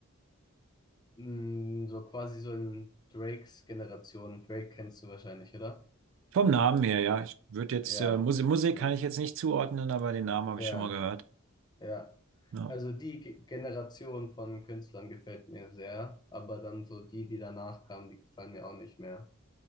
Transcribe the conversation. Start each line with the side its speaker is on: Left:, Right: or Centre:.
Left: mh, so quasi so in Drakes Generation, Drake kennst du wahrscheinlich, oder?
Right: Vom Namen her, ja. Ich würde jetzt,
Left: Ja,
Right: äh, Musik, Musik
Left: genau.
Right: kann ich jetzt nicht zuordnen, aber den Namen habe
Left: Ja,
Right: ich schon mal gehört.
Left: ja.
Right: Ja,
Left: Also die Ge- Generation von Künstlern gefällt mir sehr, aber dann so die, die danach kamen, die gefallen mir auch nicht mehr,